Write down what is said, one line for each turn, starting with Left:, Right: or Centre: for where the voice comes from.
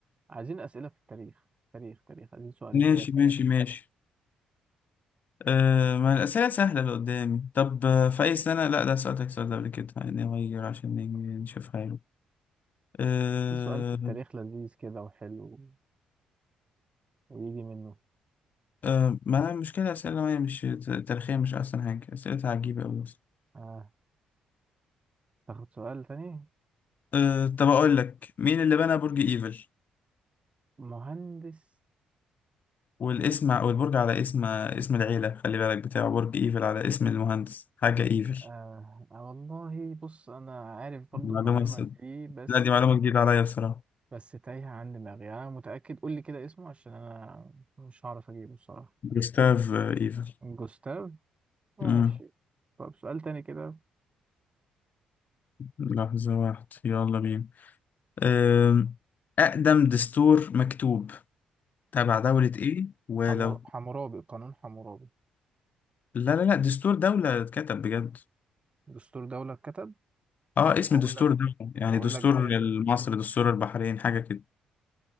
Right: عايزين أسئلة في التاريخ تاريخ تاريخ عايزين سؤالين
Left: ماشي
Right: كده
Left: ماشي
Right: ثلاثة
Left: ماشي آه ما الأسئلة سهلة اللي قدامي طب آه، في أي سنة لا ده سألتك السؤال ده قبل كده يعني نغير عشان نيجي نشوف حاله آه
Right: في سؤال في التاريخ لذيذ كده وحلو ويجي منه
Left: آه ما المشكلة أسئلة ما هي مش تاريخية مش أحسن حاجة أسئلتها عجيبة أوي أصلا
Right: آه. تاخد سؤال تاني
Left: آه طب أقول لك مين اللي بنى برج إيفل
Right: مهندس
Left: والاسم ع- والبرج على اسم اسم العيلة خلي بالك بتاعه برج إيفل على اسم المهندس حاجة إيفل
Right: آه. آه والله بص أنا عارف برضو
Left: معلومة
Right: المعلومة دي بس
Left: لا دي معلومة جديدة عليا بصراحة
Right: بس تايهة عن دماغي أنا متأكد قول لي كده اسمه عشان أنا مش هعرف أجيبه الصراحة
Left: جوستاف إيفل
Right: جوستاف ماشي
Left: آه.
Right: طب سؤال تاني كده
Left: لحظة واحدة يلا بينا آم، أقدم دستور مكتوب تبع دولة إيه ولو
Right: حمور... حمورابي قانون حمورابي
Left: لا لا لا دستور دولة اتكتب بجد
Right: دستور دولة اتكتب
Left: اه اسم
Right: وأقول
Left: دستور
Right: لك
Left: دولة يعني
Right: وأقول
Left: دستور
Right: لك دولة
Left: مصر دستور البحرين حاجة كده